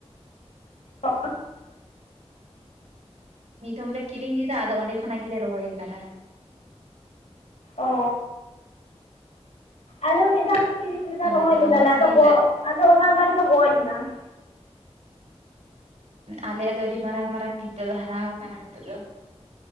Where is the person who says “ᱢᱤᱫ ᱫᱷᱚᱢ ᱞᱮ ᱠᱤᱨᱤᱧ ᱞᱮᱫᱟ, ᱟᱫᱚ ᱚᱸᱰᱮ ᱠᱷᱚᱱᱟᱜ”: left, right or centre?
Right